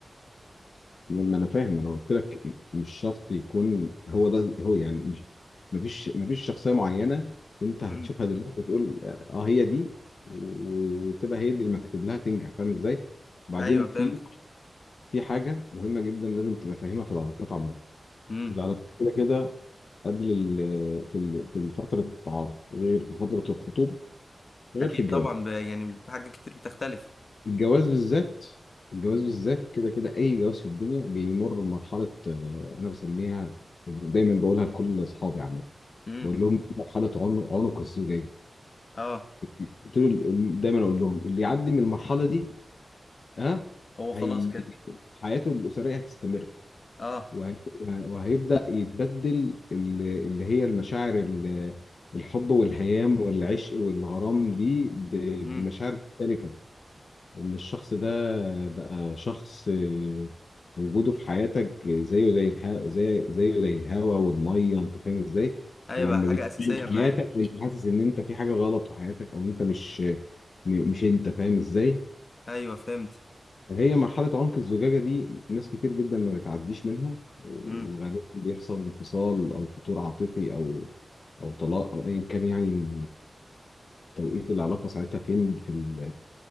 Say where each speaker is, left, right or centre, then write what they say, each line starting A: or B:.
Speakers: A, on the left (about 70°); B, on the left (about 50°).
A: ما انا فاهم انا قلت لك مش شرط يكون هو ده هو يعني مش مفيش مفيش شخصيه معينه انت هتشوفها
B: مم.
A: دلوقتي وتقول اه هي دي وتبقى هي دي اللي مكتوب لها تنجح فاهم ازاي؟ بعدين
B: ايوه
A: في
B: فهمت
A: في حاجة مهمة جدا لازم تبقى فاهمها في العلاقات عامة
B: مم.
A: العلاقات كده كده قبل ال- في ال- في فترة التعارف غير في فترة الخطوبة غير
B: اكيد
A: في الجواز
B: طبعا ب... يعني في حاجات كتير بتختلف
A: الجواز بالذات الجواز بالذات كده كده أي جواز في الدنيا بيمر بمرحلة آه، أنا بسميها دايما بقولها لكل أصحابي عامة
B: امم
A: بقول لهم مرحلة عنق عنق الزجاجة
B: اه
A: قلت له دايما أقول لهم اللي يعدي من المرحلة دي ها
B: هو خلاص
A: هي
B: كده
A: حياته الأسرية هتستمر
B: اه
A: وهي- وهيبدأ يتبدل ال- اللي هي المشاعر ال- الحب والهيام والعشق والغرام دي ب-
B: امم
A: بمشاعر مختلفة إن الشخص ده بقى شخص آه، وجوده في حياتك زيه زي الها... زي زيه زي الهواء والمية أنت فاهم إزاي؟
B: ايوه
A: لما
B: بقى حاجة
A: بتيجي
B: اساسية
A: في
B: معاك
A: حياتك أنت حاسس إن أنت في حاجة غلط في حياتك أو أنت مش م- مش أنت فاهم إزاي؟
B: ايوه فهمت
A: هي مرحلة عنق الزجاجة دي ناس كتير جدا ما بتعديش منها وغالبا
B: مم.
A: بيحصل انفصال أو فتور عاطفي أو أو طلاق أو أيا كان يعني توقيت العلاقة ساعتها فين في ال-